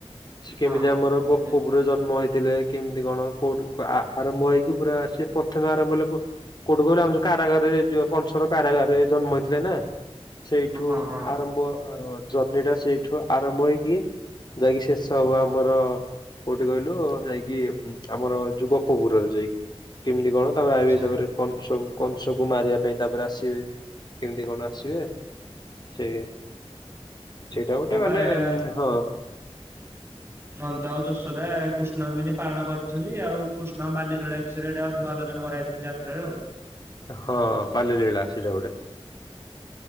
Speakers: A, on the left; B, on the right.
A: ସେ କେମିତି
B: ହଁ
A: ଆମର ଗୋପପୁରେ
B: ମାନେ
A: ଜନ୍ମ ହେଇ ଥିଲେ କେମିତି କଣ କୋଉଠି ଆ-ଆରମ୍ଭ ହେଇକି ପୁରା ସେ ପ୍ରଥମେ ଆରମ୍ଭ ହେଲେ କୋଉଠୁ କୋଉଠୁ କହିଲେ ଆମ ଯଉ କାଗାରରେ ଯ- କଂସର କାରାଗାରରେ ଜନ୍ମ ହେଇଥିଲେ ନା। ସେଇଠୁ
B: ହଁ ହଁ ହଁ
A: ଆରମ୍ଭ ଜର୍ଣିି ଟା ସେଇଠୁ ଆରମ୍ଭ ହେଇକି ଯାଇକି ଶେଷ ହବ ଆମର କୋଉଠି କହିଲୁ ଯାଇକି ଆମର ଯୋଉ ଗୋପପୁରରେ ଯାଇକି କେମିତି କଣ ତାପରେ
B: ଆଚ୍ଛା
A: ଆ ତାପରେ କଣ ସବୁ। କଂସ କୁ ମାରିବା ପାଇଁ ତାପରେ ଆସିବେ କେମିତି କଣ ଆସିବେ। ସେ ସେଇଟା ଗୋଟେ
B: ହଁ ବା
A: ମାନେ
B: ଏଇଟା
A: ହଁ।
B: ନନ୍ଦ ଆଉ ଯଶୋଦା କୃଷ୍ଣ ଙ୍କୁ କେମିତି ପାଳନ କରିଛନ୍ତି ଆଉ କୃଷ୍ଣ ବାଲ୍ୟଲୀଳା ବିଷୟରେ ଏଇଟା ଆଲୋଚନା କରାଯାଇଛି ଯାତ୍ରା ରେ ଆଉ।
A: ହଁ ବାଲ୍ୟଲୀଳା ସେଇଟା ଗୋଟେ।